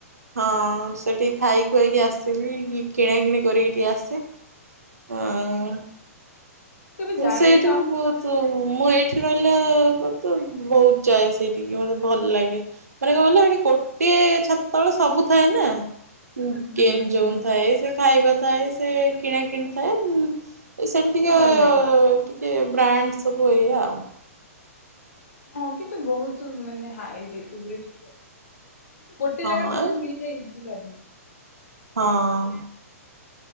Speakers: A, on the right; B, on the left.
A: ହଁ ସେଠି ଖାଇ ଖୁଆଇକି ଆସିବି, କିଣା କିିଣି କରିକି ଟିକେ ଆସେ। ହଁ
B: ହୁଁ ମୁଁ କେବେ
A: ମୁଁ
B: ଯାଇନି
A: ସେଇଠୁ
B: ତ ଆମ
A: କହୁତୁ
B: ପିଲା
A: ମୁଁ ଏଇଠି ରହିଲା ପରେ ତ ବହୁତ ଯାଏ ସେଇଠିକି ମୋତେ ଭଲ ଲାଗେ। ମାନେ କଣ କହିଲ ହେଠି ଗୋଟେ ଛାତ ତଳେ ସବୁ ଥାଏ ନା।
B: ହୁଁ
A: ଗେମ୍
B: ହୁଁ
A: ଜୋନ୍
B: ହୁଁ।
A: ଥାଏ, ସେ ଖାଇବା ଥାଏ, ସେ କିଣା କିିଣିଥାଏ।
B: ହଁ ହଁ।
A: ଉଁ ସେଇଠି ଟିକିେ
B: ତ ଭଲ ଲାଗେ
A: ଟିକେ ବ୍ରାଣ୍ଡ ସବୁ ଏଇଆ ଆଉ।
B: ହଁ କିନ୍ତୁ ବହୁତ ମାନେ ହାଇ ରେ ରେଟ ଟିକେ ଅଧିକ। ଗୋଟେ
A: ହଁ
B: ଜାଗାରେ ସବୁ ମିଳିଯାଏ ଇଜିଲି ଆଭେଲେବଲ୍।
A: ହଁ।